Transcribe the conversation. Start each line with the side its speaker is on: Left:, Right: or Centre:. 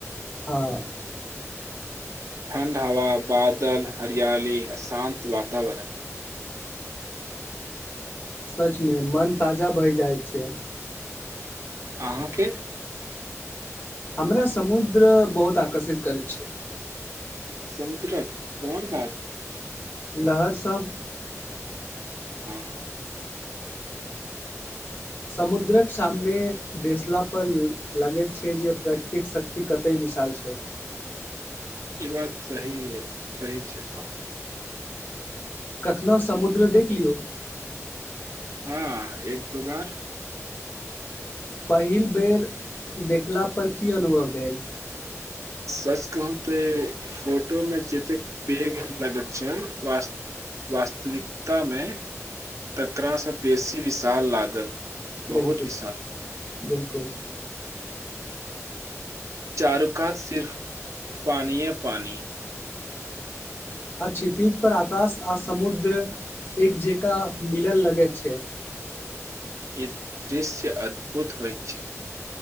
Left: हँ
Right: ठंड हवा बादल हरियली अ शान्त वातावरण
Left: सचमे मन ताजा भहि जाइत छै
Right: अहाँके
Left: हमरा समुद्र बहुत आकर्षित करैत छै
Right: संत्रक कोन बा
Left: लहरसभ
Right: हँ
Left: समुद्रक सामने बेसला पर लागेछै जे प्राकृतिक शक्ति कतय विशाल छै
Right: ई बात सही अय सही छै
Left: कखनोहु समुद्र देख लियौ
Right: हँ एक तो बार
Left: पहिल बेर देखलापर की अनुभव भेल
Right: सच कहू ते फोटोमे जतेक पैघ लगैत छै वास वास्तविकतामे तकररासँ बेसी विशाल लागल बहुत
Left: बिलकुल
Right: विशाल
Left: बिलकुल
Right: चारु कात सिर्फ पानिये पानि
Left: आ छितीज पर आकाश आ समुद्र एक जेका मिलल लगे छै
Right: ई दृश्य अद्भुत होइत छै